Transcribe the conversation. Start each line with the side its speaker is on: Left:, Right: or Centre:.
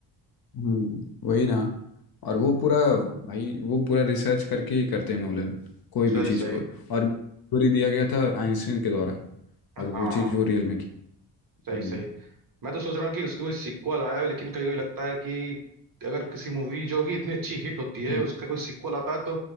Left: हम्म वही ना और वो पूरा भाई वो पूरा रिसर्च करके ही करते हैं नोलन कोई भी
Right: सही
Left: चीज़
Right: सही
Left: को और थ्योरी दिया गया था आइंस्टीन के द्वारा
Right: हाँ
Left: और वो चीज़ वो रियल में की
Right: सही
Left: हम्म
Right: सही मैं तो सोच रहा हूँ कि उसकी कोई सीक्वल आया है लेकिन कभी कभी लगता है कि अगर किसी मूवी जो कि इतनी अच्छी हिट होती है
Left: हम्म,
Right: उसका कोई सीक्वल आता है तो